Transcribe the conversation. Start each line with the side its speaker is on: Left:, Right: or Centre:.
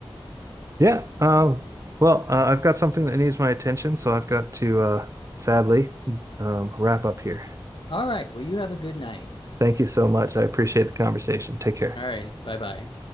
Right: Yeah. Um, well, uh, I've got something that needs my attention, so I've got to uh, sadly um, wrap up here.
Left: All right, well you have a good night.
Right: Thank you so much. I appreciate the conversation. Take care.
Left: All righty, bye-bye.